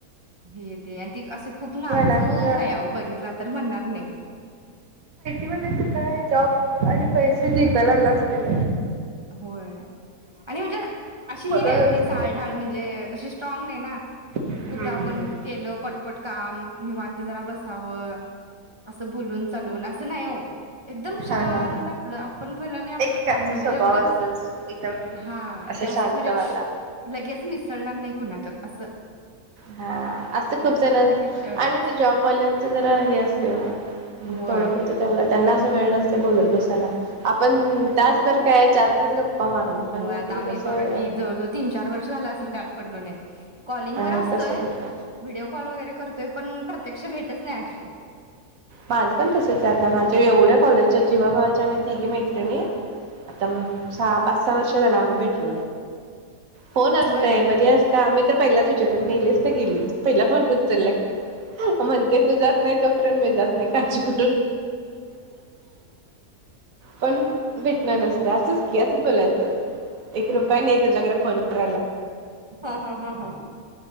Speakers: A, on the right; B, on the right.
A: गी-र ते आणि ती अस खूप नाजूक
B: <unintelligible> आयटी
A: आहे अहो बघितला तर म्हणणार नाही
B: वाल्यांच काय जॉब <inaudible> पैसे जिंकायला लागतेल
A: होय आणि म्हणजे अशी ही
B: पगार
A: नाय होती
B: असते
A: चाळढाळ म्हणजे <unintelligible> स्ट्रॉग नाही ना.
B: हम्म
A: कुठं आपण
B: हम्म
A: गेलो पटपट काम निवांत जरा बसाव, असं बुलून चालून असं नाय ओ. एकदम शांत
B: हा हा
A: आपलं आपण भलं आणि आपलं
B: एकेकांचा
A: काम भलं
B: स्वभाव
A: एवढं
B: असतो एकदम
A: हा
B: असं
A: जास्त
B: शांतवाला
A: म्हणजे लगेच मिस णार नाही कुच्यात अस
B: हा असं खूप जण
A: की जेवलंच
B: आणि ते जॉबवाल्यांचं जरा हे असते
A: होय
B: तेवढं कचं तेवढं त्यांना असं वेळ नसत बोलत बसायला आपण तासभर काय चार तास मारून पण
A: हो आता
B: ती
A: आम्ही
B: कसं
A: बघा कि जवळजवळ तीन चार वर्ष झालं असेल गाठ पडलो नाही ह कॉलिंग
B: अ
A: वर असतोय
B: तसच होत
A: व्हिडिओ कॉल वगैरे करतो ते पण प्रत्यक्ष भेटच नाही अशी.
B: माझं पण तसच आता माझ्या एवढ्या कॉलेजच्या जीवाभावाच्या आम्ही तिघी मैत्रीणी. आता सहा पाच सहा वर्ष झालं आम्ही भेट फोन असतय
A: होय
B: बरी असत आम्ही तर पहिलाच विचारतो मेलीस का गेलीस. पहिला फोन उचलला की म्हणते तू जात नाही तोपर्यंत मी जात काची कुटर पण भेटणार नसतं असंच की असंच बोलायचं एक रुपया नाही तुझ्याकडे फोन <unintelligible>
A: हा हा हा हा